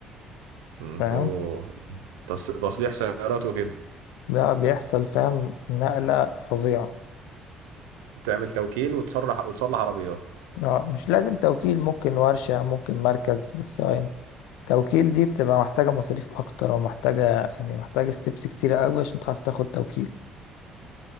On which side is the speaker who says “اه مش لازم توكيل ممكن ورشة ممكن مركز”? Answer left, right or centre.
Left